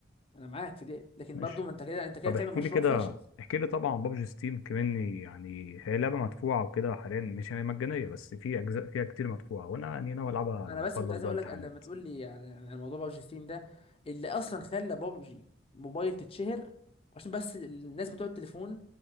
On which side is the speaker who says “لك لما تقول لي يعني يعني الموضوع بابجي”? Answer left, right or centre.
Left